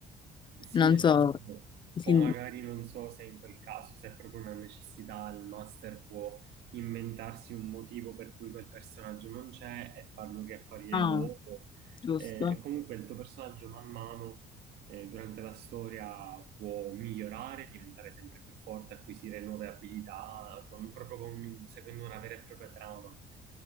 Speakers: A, on the right; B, on the left.
A: Sì,
B: Non
A: esatto.
B: so. Sì.
A: O magari non so se in quel caso, se è proprio una necessità, il master può inventarsi un motivo per cui quel personaggio non c'è e farlo riapparire
B: Ah,
A: dopo.
B: giusto.
A: Eh, E, comunque il tuo personaggio man mano, eh, durante la storia può migliorare, diventare sempre più forte, acquisire nuove abilità, con- proprio con- seguendo una vera e propria trama.